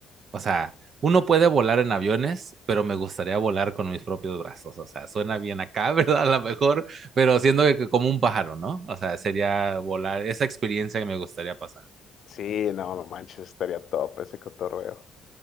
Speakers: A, on the right; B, on the left.
A: o sea, uno puede volar en aviones, pero me gustaría volar con mis propios brazos, o sea, suena bien acá, <laughs> ¿verdad? A lo mejor, pero siendo que que como un pájaro, ¿no? O sea, sería volar, esa experiencia que me gustaría pasar.
B: Sí, no, no manches, estaría top ese cotorreo.